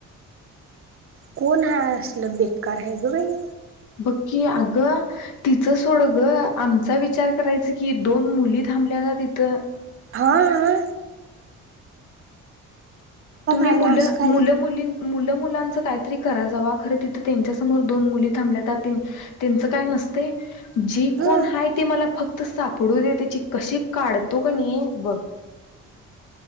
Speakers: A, on the right; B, on the left.
A: कोण हा असलं बेकार हाय ग बाई.
B: बघ की, आग तिचं सोड ग आमचा विचार करायच की, दोन मुली थांबल्या ना तिथं.
A: हाआ.
B: तुम्ही
A: आणि
B: मुल
A: असं काय
B: मुल मुली मुलं मुलांच काहीतरी करा जावा, खर तिथं त्यांच्या समोर दोन मुली थांबल्या का तीन त्यांच काही नस ते जे
A: ह
B: कोण हाय ते मला फक्त त सापडू दे त्याची कशी काढतो कनी बघ.